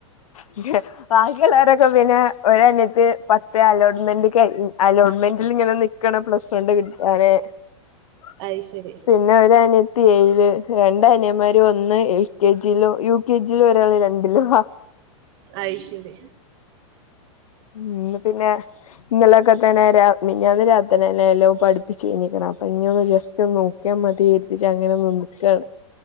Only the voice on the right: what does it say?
അയ് ശെരി.
അയ് ശെരി